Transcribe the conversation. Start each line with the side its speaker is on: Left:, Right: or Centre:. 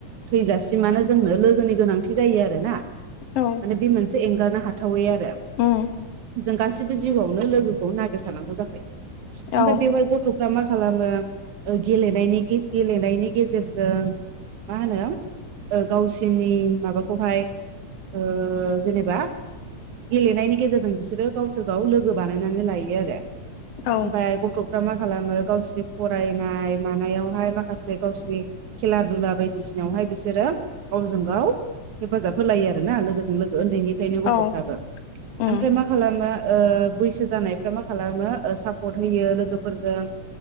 Right: थैजासिमानो‌ जोंनो लोगोनि गोनांथि जायो आरोना
Left: औ
Right: माने बे मोनसे एंगारनो हाथावै आरो
Left: उम
Right: जों गासिबो जिउआवनो लोगोखौ नागिर खानांगौ जाखायो ओमफ्राय
Left: औ
Right: बेवहाय गथ'फ्रा मा खालाम मो गेले गेलेनायनि गेजेरजों मा होनो ओ गावसोरनि माबाखौहाय ओ जेनेबा गेलेनायनि गेजेरजों बिसोरो गावसोर गाव लोगो बानायनानै लायो आरो।
Left: औ
Right: ओमफफ्राय गथ'फ्रा मा खालामो गावसिोरनि फरायनाय मानायावहाय माखासे गावसिनि खेला दुला बायदिसिनावहाय ओमफाय बिसोरो गावजों गाव हेफाजाब होलायो आरोना लोगोजों लोगो उन्दैनिफ्रायनो गथ'फ्राबो
Left: औ उम
Right: ओमफ्राय मा खालामो बैसो जानायफ्रा मा खालामो सापर्ट होयो लोगोफोरजों